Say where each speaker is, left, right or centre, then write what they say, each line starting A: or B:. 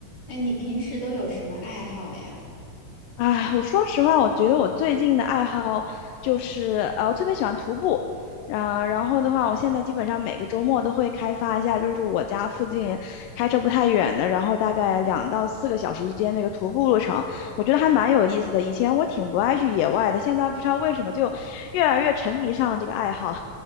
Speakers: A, on the left; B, on the left.
A: 哎，你平时都有什么爱好呀？
B: 啊，我说实话，我觉得我最近的爱好就是，呃，我特别喜欢徒步。啊，然后的话，我现在基本上每个周末都会开发一下，就是我家附近开车不太远的，然后大概两到四个小时之间那个徒步路程，我觉得还蛮有意思的。以前我挺不爱去野外的，现在不知道为什么就越来越沉迷上了这个爱好。